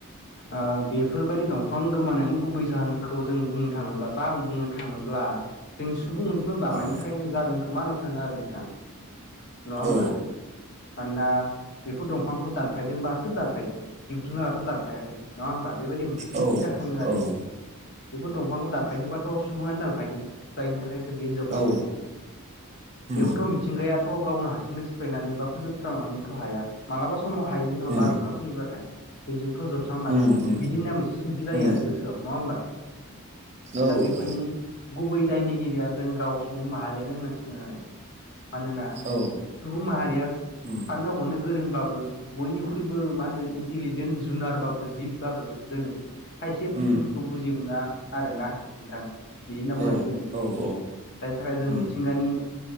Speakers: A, on the left; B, on the right.
A: ओ बेफोरबायदि दंफां गोमानायनि गुबै जाहोनखौ जों बुंनो थाङोब्ला बा आं बुंनो थाङोब्ला जोंनि सुबुं अनजिमा बांनायनि
B: अ
A: थाखायनो जादों खोमा होनना सानो आरो नोंथां नङा होमब्ला
B: औ
A: मानोना बेफोर दं फांखौ दानफायदोंबा सोर दानफायदों जिब जुनाराथ' दानफायाखै नङा होमबा बेबायदि मोनसे सोंथि
B: औ
A: जाखाङो आरो
B: औ
A: बेफोर दंफांखौ दानफायदोंबा थ' सुबुङानो दानफायदों जायनि थाखायसो बियो जोबलांदों
B: औ उम
A: बेखौथ' मिथिंगाया थ' गावनो हारसिंनो सिफायनानै बा फोजोबस्रांनोथ' हाया माब्लाबा समाव हायो जेनेबा
B: उम
A: बारहुंखा फैयोब्लाथाय बेजोंथ' जोबस्रां लाङा
B: उम उम
A: बिदिनो मोनसे सोंथि जायो
B: उम
A: आरो गोसोयाव नङा होमबा
B: औ
A: दा बेफोरनि
B: औ
A: गुबै दायनिगिरिया जों गाव सुबुं माहारियानो होनांसिगोन आरो मानोना सुबुं
B: औ
A: माहारिया
B: उम
A: साननो हनो गोरोंबाबो बयनिख्रुबो मा होनदों इन्टेलिजेन्ट जुनारबाबो जिब बाबो दिनै खायसे बुसथुफोरखौ
B: उम
A: बुजिना आरोना नोंथां बिदि होनना
B: औ
A: बुंनांसिगोन
B: औ
A: जायनि थाखाय जों
B: उम
A: मिथिंगानि